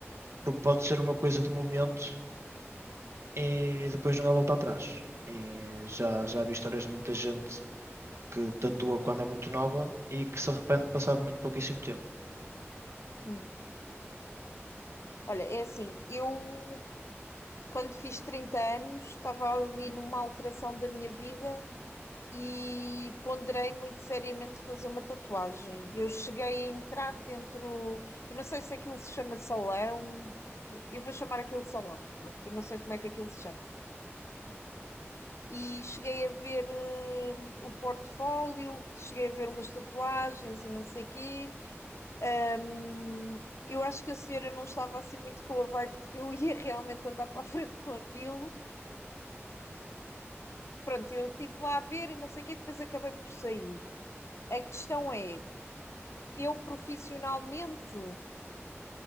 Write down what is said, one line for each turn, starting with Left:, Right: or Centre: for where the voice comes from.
Right: porque pode ser uma coisa de momento e depois não há volta atrás. E já, já vi histórias de muita gente que tatua quando é muito nova e que se arrepende passado muito pouquíssimo tempo.
Left: hum. Olha, é assim, eu quando fiz 30 anos estava ali numa alteração da minha vida e ponderei muito seriamente fazer uma tatuagem. Eu cheguei a entrar dentro, eu não sei se aquilo se chama salão, eu vou chamar aquilo salão, pronto, eu não sei como é que aquilo se chama. E cheguei a ver eh, o portfólio, cheguei a ver umas tatuagens e não sei quê. Ahm, eu acho que a senhora não estava assim muito com a vibe de que eu <laughs> ia realmente andar para a frente com aquilo. Pronto, eu estive lá a ver e não sei o quê, depois acabei por sair. A questão é, eu profissionalmente